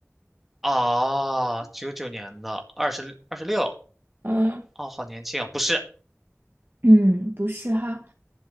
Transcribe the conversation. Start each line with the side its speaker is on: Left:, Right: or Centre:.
Centre: 啊，九九年的，二十二十六，
Right: 嗯
Centre: 哦，好年轻啊！不是，
Right: 嗯，不是哈，